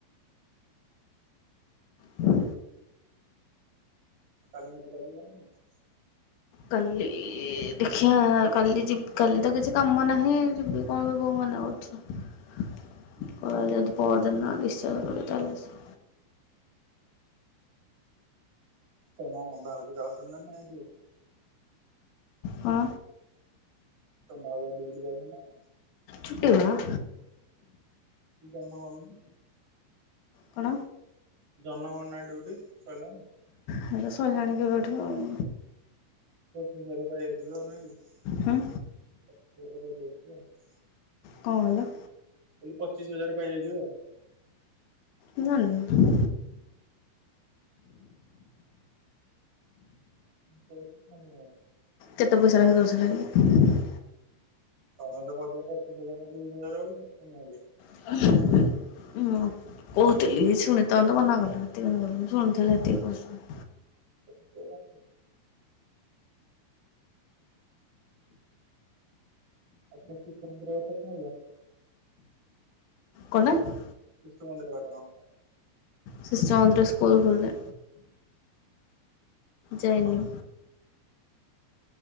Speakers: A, on the left (about 80°); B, on the right (about 35°).
A: ହୁଁ
B: କାଲି ମେଡିକାଲ୍ ଜୀବନୀ କି?
A: କାଲି ଦେଖିବା କାଲି ଯିବ କାଲି ତ କିଛି କାମ ନାହିଁ ଯିବି କଣ ବୋଉ ମନା କରୁ
B: ହୁଁ
A: ପରା ଯଦି ପହର ଦିନ ରିସାବ କରିବ ତାହଲେ ଆସି
B: ତମ ଭାଉଜ ଯାଉଛନ୍ତି ନା ନାଇଁ ହେଠିକି?
A: ହଁ।
B: ତମ ଭାଉଜ ଡିଉଟି ଯାଉଛନ୍ତି ନା ନାହିଁ?
A: ଛୁଟି ବା।
B: ତୁ ଜନ ଗଣୁନୁ।
A: କଣ
B: ଜନଗଣନା ଡ୍ୟୁଟି ସରିଲାନି?
A: ହେରା ସାରିଲାଣି କେବେଠୁ ଆଉ
B: ପଚିଶ୍ ହଜାର୍ ପାଇଁ ହେଇଥିବ ନାଇ କି,
A: କଣ
B: ପଚିଶ ହଜାର ଦେଇଥିବ ଆଉ
A: କଣ କହିଲ?
B: ମୁଁ କହିଲି ପଚିଶି ହଜାର୍ ପାଇଯାଇଥିବ।
A: ମୁଁ ଜାଣିନି।
B: <unintelligible>
A: କେତେ ପଇସା ଲେଖା ଦୋଉଥିଲେ କି?
B: ତମେ ତ କହୁଥିଲ ପଚିଶି ହଜାର୍ ନା ତିରିଶି ହଜାର୍ ବୋଲି ନହେଲେ
A: <unintelligible> ମୁଁ କହୁଥିଲି ଶୁଣିଥାନ୍ତ ମନା କଲ ଏତିଶୁଣିଥିଲ ଏତିକି ପଇସା।
B: କେତେ ହେଲା? ଆଉ ତୋ କିତନ କରିବା କଥା କଣ ହେଲା?
A: କଣଟା?
B: ବିଷ୍ଠୁ ମନ୍ଦିର ଘଟଙ୍ଗା ଟା।
A: ଶିଶୁ ମନ୍ଦିର ସ୍କୁଲ୍ ଖୋଲିଲେ, ଯାଇନି।
B: କନ୍